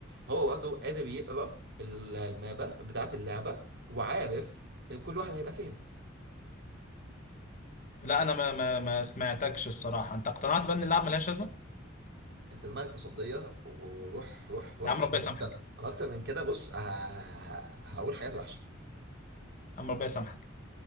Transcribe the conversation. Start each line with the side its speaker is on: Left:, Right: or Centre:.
Right: هو برضه قادر يقرا ال- المابة بتاعة اللعبة وعارف ان كل واحد هيبقى فين
Left: لا انا ما ما ما سمعتكش الصراحه انت اقتنعت بان اللعب ملهاش لازمه
Right: انت دماغك مصدية وروح روح روح
Left: يا عم
Right: عشان
Left: ربنا
Right: بجد
Left: يسامحك
Right: انا انا اكتر من كده بص ه- هقول حاجات وحشة
Left: يا عم ربنا يسامحك